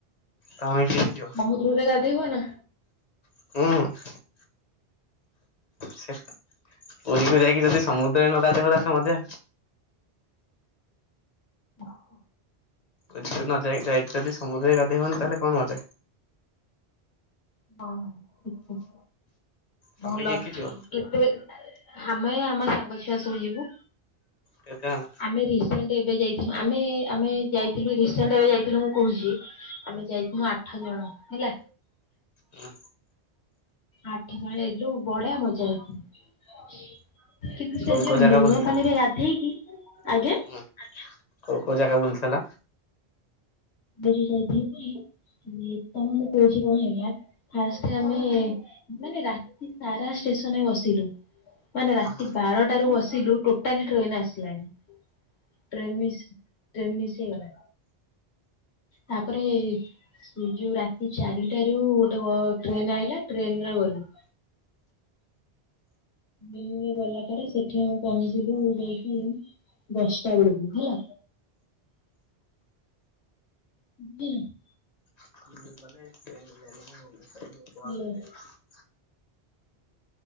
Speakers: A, on the left; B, on the left.
A: ତମେ କିଏ କିଏ। ଯିବ?
B: ସମୁଦ୍ରୁରେ ଗାଧୋଇବ ନା?
A: ହୁଁ। ସେ ପୁରୀକୁ ଯାଇକି ଯଦି ସମୁଦ୍ରରେ ନ ଗାଧେଇବ, ତାହେଲେ ମଜା।
B: ଓହ।
A: <unintelligible> ନ ଯାଇ, ଯାଇକି ଯଦି ସମଦ୍ରରେ ନ ଗାଧେଇବନି ତାହେଲେ କଣ ମଜା।
B: ହଁ ଠିକ ଠିକ।
A: ତମେ
B: ଭଲ
A: କିଏ କିଏ ଯିବ?
B: କେତେ ଆମେ ଆମ ସାଙ୍ଗ ଛୁଆ ସବୁ ଯିବୁ।
A: କେତେ ଜଣ
B: ଆମେ ରି ସେଣ୍ଡେ ଏବେ ଯାଇଥିଲୁ ଆମେ ଆମେ ଯାଇଥିଲୁ ରିସେଣ୍ଟ ଏବେ ଯାଇଥିଲୁ ମୁଁ କହୁଛି ଆ ଯାଇଥିମୁ ଆଠ ଜଣ ହେଲା।
A: ହୁଁ।
B: ଆଠ ଜଣ ହେଲୁ, ବଢିଆ ମଜା ହେଇ କିନ୍ତୁ ସେ
A: କୋଉ
B: ଯୋଉ
A: କୋଉ ଜାଗା
B: ଲୁଣ
A: ବୁଲିଥିଲ?
B: ପାଣି ରେ ଗାଧେଇକି, ଆଜ୍ଞା
A: ହୁଁ କୋଉ, କୋଉ ଜାଗା ବୁଲଥିଲ?
B: <unintelligible> ଯାଇଥିଲୁ ପୁରି, ତମକୁ ମୁଁ କହୁଛି କଣ ହେଲା? ଫାଷ୍ଟେ ଆମେ, ମାନେ ରାତି ସାରା ଷ୍ଟେସନରେ ବସିଲୁ। ମାନେ ରାତି
A: ଆହା
B: ବାରଟାରୁ ବସିଲୁ ଟୋଟାଲି ଟ୍ରେନ ଆସିଲାନି। ଟ୍ରେନ୍ ମିସ୍ ଟ୍ରେନ୍ ମିସ୍ ହେଇଗଲା। ତାପରେ। ହୁଁ ଯୋଉ ରାତି ଚାରିଟାରୁ ଗୋଟେ ବ ଟ୍ରେନ ଆଇଲା ଟ୍ରେନ ରେ ଗଲୁ। ଦିନିରୁ ଗଲା ପରେ ସେଠି ପହଞ୍ଚିଲୁ ଯାଇକି ଦଶଟା ବୁଳୁକୁ ହେଲା। <inaudible>
A: <unintelligible>
B: ହାଲୋ।
A: <inaudible>